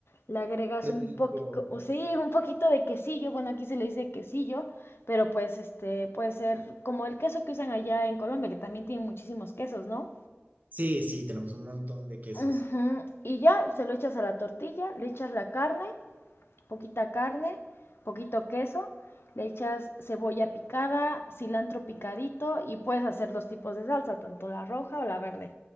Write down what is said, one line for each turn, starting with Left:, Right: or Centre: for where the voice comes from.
Left: Le agregas
Right: qué
Left: un
Right: rico.
Left: poquito, sí, un poquito de quesillo, bueno, aquí se le dice quesillo, pero pues este puede ser como el queso que usan allá en Colombia, que también tienen muchísimos quesos, ¿no?
Right: Sí, sí, tenemos un montón de quesos.
Left: Ujú, Y ya se lo echas a la tortilla, le echas la carne poquita carne, poquito queso, le echas cebolla picada, cilantro picadito y puedes hacer dos tipos de salsa, tanto la roja o la verde.